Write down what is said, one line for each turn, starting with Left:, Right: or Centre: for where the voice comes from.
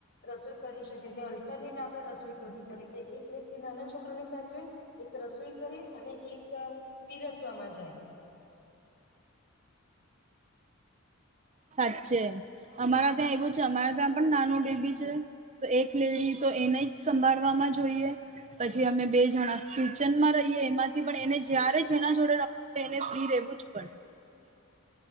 Left: રસોઈ કરી શકે એટલે અલ્ટરનેટ આપડે રસોઈ કરવી પડે. જે એક વ્યક્તિ નાના છોકરા ની સાચવે એક રસોઈ કરે. અને એક પીરસવામાં જાય.
Right: સાચે અમારા ત્યાં એવું છે અમારે ત્યાં પણ નાનું બેબી છે તો એક લેડી તો એને જ સંભાળવામાં જોઈએ પછી અમે બે જણા કિચન માં રહીએ એમાંથી પણ એને જ્યારે જેના જોડે એને ફ્રી રહેેવું જ પડે.